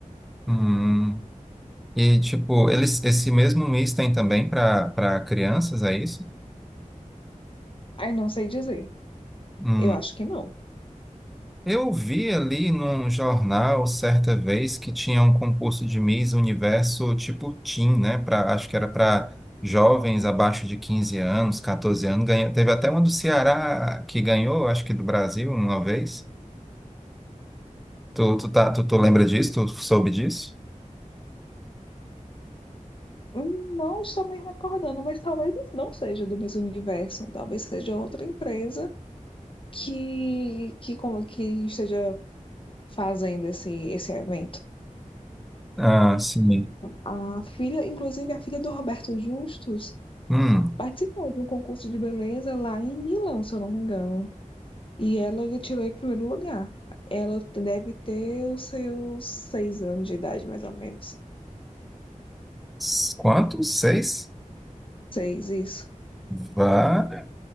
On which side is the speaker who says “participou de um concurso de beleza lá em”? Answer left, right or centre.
Left